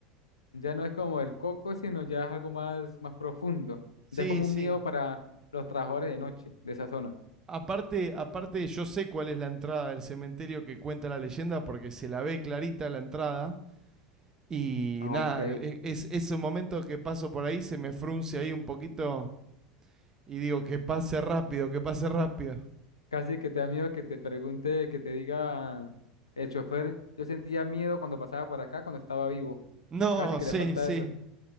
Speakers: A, on the left; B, on the right.
A: Ya no es como el coco, sino ya es algo más, más profundo.
B: Sí,
A: Ya es como
B: sí.
A: un miedo para los trabajadores de noche de esa zona.
B: Aparte, aparte yo sé cuál es la entrada del cementerio que cuenta la leyenda porque se la ve clarita la entrada. Y
A: Ah,
B: nada,
A: ok.
B: e- es, es un momento que paso por ahí, se me frunce ahí un poquito y digo, que pase rápido, que pase rápido.
A: Casi que te da miedo que te pregunte, que te diga el chofer. Yo sentía miedo cuando pasaba por acá, cuando estaba vivo.
B: No,
A: Casi que
B: sí,
A: le falta
B: sí.
A: eso.